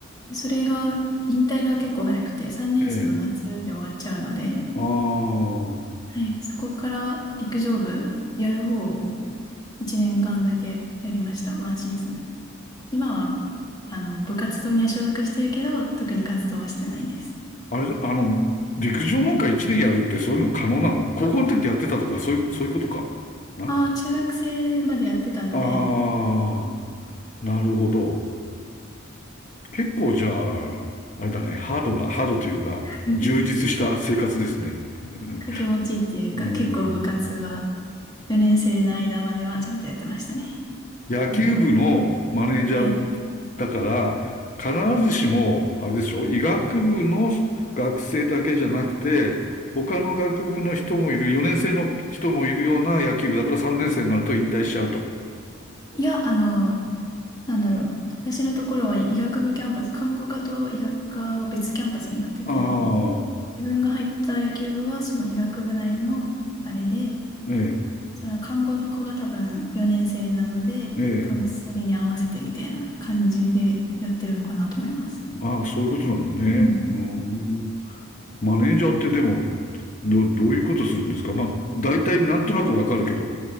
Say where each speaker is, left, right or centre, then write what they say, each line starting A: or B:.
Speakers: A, on the left; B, on the left.
A: それが、引退が結構早くて、3年生の夏で終わっちゃうので、
B: ええ。ああ、
A: はい、そこから陸上部やる方を1年間だけやりました、ワンシーズン。今は、あの、部活動には所属してるけど、特に活動はしてないです。
B: あれ、あの、陸上なんか一年やるってそういうの可能なの高校の時やってたとか、そういう、そういうことか。な
A: ああ、中学生までやってたので、
B: ああ、
A: うん
B: なるほど。結構じゃあ、あれだね、ハードな、ハードというか、
A: <laughs>
B: 充実した生活ですね。<laughs>
A: 掛け持ちっていうか、
B: うん。
A: 結構部活は4年生の間まではちゃんとやってましたね。
B: 野球部のマネージャー
A: うんはい。
B: だから、必ずしも、あれですよ、医学部の学生だけじゃなくて、他の学部の人もいる、4年生の人もいるような野球部だから3年生になると引退しちゃうと。
A: いや、あの、なんだろう。私のところは医学部キャンパス、看護科と医学科が別キャンパスになってて、
B: ああ、
A: 自分が入った野球部はその医学部内のあれで、
B: え
A: その看護の子が多分4年生なので、
B: え、ええ。
A: 多分それに合わせてみたいな感じでやってるのかなと思います。
B: ああ、そういうことなんだね。
A: うん。
B: うーん。マネージャーってでも、ど、どういうことするんですかまあ、大体なんとなくわかるけど。